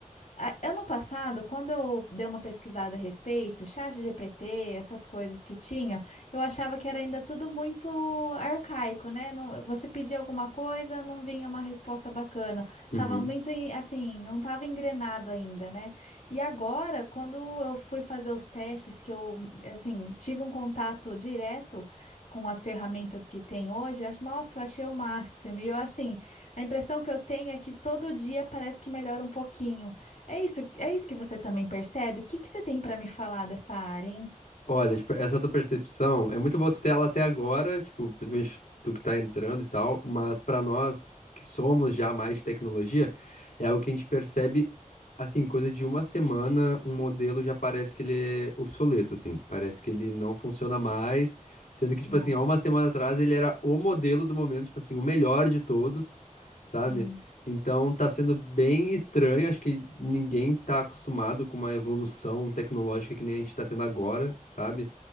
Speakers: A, on the left; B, on the left.
A: A- Ano passado, quando eu dei uma pesquisada a respeito, chat GPT, essas coisas que tinham, eu achava que era ainda tudo muito arcaico, né? Não- você pedia alguma coisa, não vinha uma resposta bacana.
B: uhum,
A: Tava muito em- assim, não tava engrenado ainda, né? E agora, quando eu fui fazer os testes, que eu assim, tive um contato direto com as ferramentas que tem hoje, eu acho- nossa, eu achei o máximo. E eu assim, a impressão que eu tenho é que todo dia parece que melhora um pouquinho. É isso, é isso que você também percebe? O que que você tem para me falar dessa área, hein?
B: Olha, tipo, essa tua percepção é muito boa tu ter ela até agora, tipo, principalmente tu que tá entrando e tal, mas pra nós que somos já mais de tecnologia, é o que a gente percebe, assim, coisa de uma semana, um modelo já parece que ele é obsoleto, assim, parece que ele não funciona mais, sendo que, tipo
A: Nossa,
B: assim, há uma semana atrás ele era o modelo do momento, tipo assim, o melhor de todos, sabe?
A: sim.
B: Então tá sendo bem estranho, acho que ninguém tá acostumado com uma evolução tecnológica que nem a gente tá tendo agora, sabe?